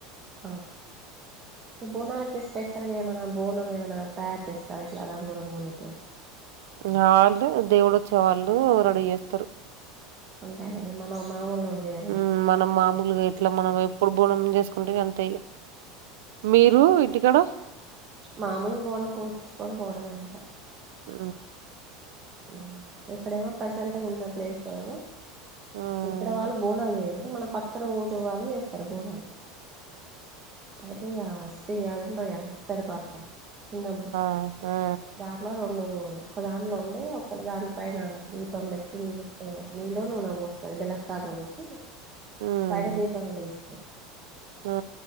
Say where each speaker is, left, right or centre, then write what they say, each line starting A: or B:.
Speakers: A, on the right (about 20°); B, on the right (about 75°).
A: ఆ ఈ బోనాలకి స్పెషల్గా ఏమైనా బోనం ఏమైనా తయారు చేస్ తారు ఇట్లా రంగు రంగులతో
B: వాళ్ళు దేవుడోచ్చే వాళ్ళు రెడీ చేస్తారు
A: అంతే ఇగ మనం మామూలోళ్ళు చేయరు
B: ఉమ్ మనం మామూలుగే ట్లా మనం ఎప్పుడు బోనం చేసుకుంటే గంతే ఇగ మీరు ఇంటికాడ
A: మామలుగా పోడం పోపిచ్చుకోడం పోవడం అంతే
B: ఊ
A: ఊ ఎక్కడైనా ప్రసెంట్ గున్న ప్లేస్ లో ఏమో
B: మ్మ్
A: ఇక్కడ వాళ్ళు బోనాలు చేయరు మన పక్కన ఊరు వాళ్ళు చేస్తారు బోనాలు అయితే ఇగ <unintelligible> అది ఉంటయా ఇతడి పాత్ర చిన్నది
B: అ ఆ
A: దాంట్లో రెండు ఒక దాంట్లో ఉండి ఒక దాని పైన దీపం పెట్టి నిలు నీల్లో నూనో పోస్తుది బెల్లపు పాక పోసి
B: హ్మ్
A: పైన దీపం ఎలిగిస్తురు
B: ఆ